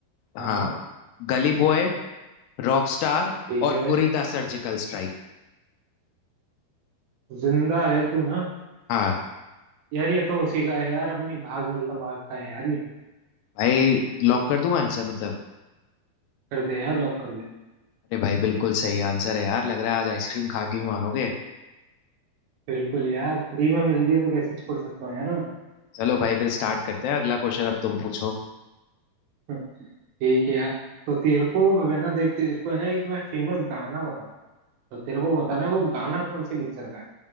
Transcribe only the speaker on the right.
हाँ
ठीक
है
जिंदा है तू ना
यार ये तो उसी का है यार अपनी भाग मिल्खा भाग का है यार ये
कर दे यार लॉक कर दे
बिल्कुल यार फ्री में मिल रही है तो कैसे छोड़ सकता हूँ यार मैं
हम्म, ठीक है यार तो तेरे को अब है ना देख तेरे को है ना एक मैं फेमस गाना बताऊँ तो तेरे को बताना है वो गाना कौन सी पिक्चर का है